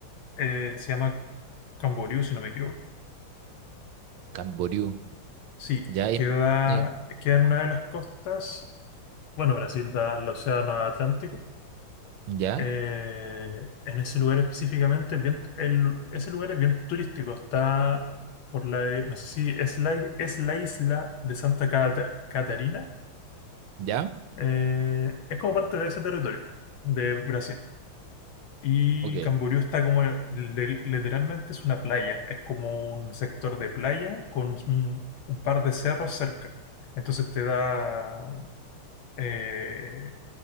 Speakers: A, on the left (about 75°); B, on the right (about 90°).
A: eh, se llama Camboriú, si no me equivoco.
B: Camboriú.
A: Sí,
B: Ya, y-
A: queda,
B: y-
A: queda en una de las costas. Bueno, Brasil da al océano Atlántico
B: ya,
A: Eh, en ese lugar específicamente, es bien- el lu- ese lugar es bien turístico. Está por la, no sé si es la, es la isla de Santa Cata- Catarina.
B: ya,
A: Eh, es como parte de ese territorio de Brasil. Y
B: ok,
A: Camboriú está como, le- literalmente es una playa. Es como un sector de playa con un, un par de cerros cerca. Entonces te da, eh,